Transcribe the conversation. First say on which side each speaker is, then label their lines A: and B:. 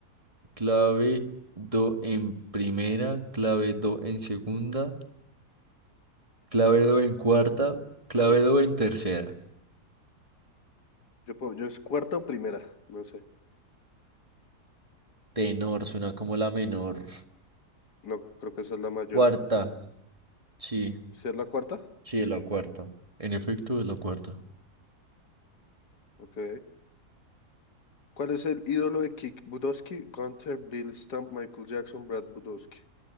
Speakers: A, on the right; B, on the left.
A: clave do en primera, clave do en segunda, clave do en cuarta, clave do en tercera?
B: Yo, puedo- yo es cuarta o primera, no sé.
A: Tenor suena como la menor.
B: No creo que esa es la mayor.
A: Cuarta, sí,
B: ¿Sí es la cuarta?
A: sí, es la cuarta. En efecto, es la cuarta.
B: Ok. ¿Cuál es el ídolo de Kick Budowski? Gunther, Bill Stump, Michael Jackson, Brad Budowski.